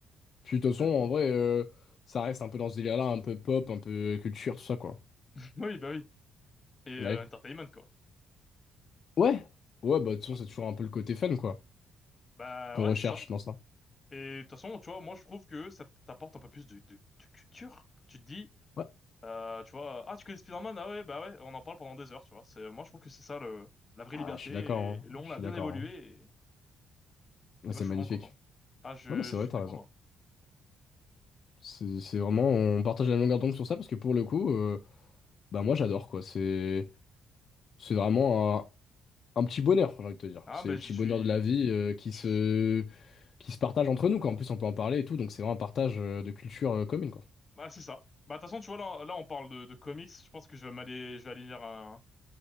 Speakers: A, on the left (about 55°); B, on the left (about 35°).
A: Puis de toute façon,
B: D'accord.
A: en vrai, euh, ça reste un peu dans ce délire-là, un peu pop, un peu culture, tout ça, quoi.
B: <laughs> Oui, bah oui. Et
A: Ouais.
B: euh, entertainment, quoi.
A: Ouais, ouais, bah de toute façon, c'est toujours un peu le côté fun, quoi,
B: Bah
A: qu'on
B: ouais,
A: recherche
B: c'est ça.
A: dans ça.
B: Et de toute façon, tu vois, moi je trouve que ça t'apporte un peu plus de, de, de culture. Tu te dis,
A: Ouais.
B: euh, tu vois, ah tu connais Spider-Man, ah ouais, bah ouais, on en parle pendant des heures, tu vois. C'est, moi je trouve que c'est ça le, la vraie
A: Ah,
B: liberté.
A: je suis d'accord, hein.
B: Et, et le on
A: Je suis
B: a bien
A: d'accord,
B: évolué
A: hein.
B: et,
A: Ah,
B: et
A: C'est
B: moi je
A: magnifique.
B: suis vraiment content. Ah, je,
A: Non, mais c'est
B: je
A: vrai,
B: suis
A: t'as
B: très content.
A: raison. C'est c'est vraiment... On partage la même longueur d'onde sur ça, parce que pour le coup, euh, bah moi, j'adore, quoi. C'est... C'est vraiment... un un petit bonheur, j'ai envie de te dire.
B: Ah,
A: C'est
B: mais
A: les
B: je
A: petits
B: suis...
A: bonheurs de la vie euh, qui
B: je-
A: se, qui se partagent entre nous, quoi. En plus, on peut en parler et tout, donc c'est vraiment un partage euh, de culture euh, commune, quoi.
B: Bah c'est ça. Bah de toute façon, tu vois, là, là on parle de, de comics. Je pense que je vais m'aller, je vais aller lire un,